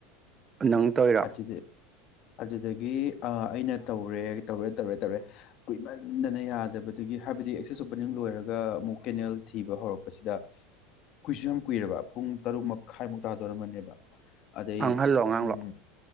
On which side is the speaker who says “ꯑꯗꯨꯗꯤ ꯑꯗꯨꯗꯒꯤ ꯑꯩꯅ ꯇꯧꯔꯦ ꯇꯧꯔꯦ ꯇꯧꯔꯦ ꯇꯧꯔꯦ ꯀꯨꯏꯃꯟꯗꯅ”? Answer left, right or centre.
Left